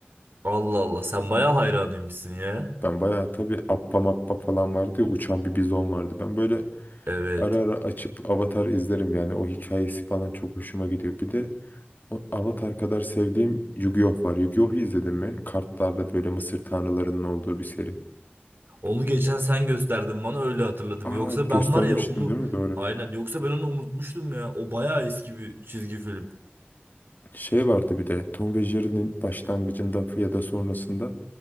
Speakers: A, on the right; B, on the left.
A: Allah Allah sen baya hayranıymışsın ya.
B: Ben bayağı tabii Appa Mappa falan vardı ya uçan bir bizon vardı. Ben böyle
A: Evet.
B: ara ara açıp Avatar izlerim yani. O hikayesi falan çok hoşuma gidiyor. Bir de O Avatar kadar sevdiğim Yu-Gi-Oh var. Yu-Gi-Oh'u izledin mi? Kartlarda böyle Mısır tanrılarının olduğu bir seri.
A: Onu geçen sen gösterdin bana öyle hatırladım.
B: Aa
A: Yoksa
B: göstermiştim
A: ben var ya onu
B: değil mi? Doğru.
A: aynen yoksa ben onu unutmuştum ya. O baya eski bir çizgi film.
B: Şey vardı bir de Tom ve Jerry'nin başlangıcında ya da sonrasında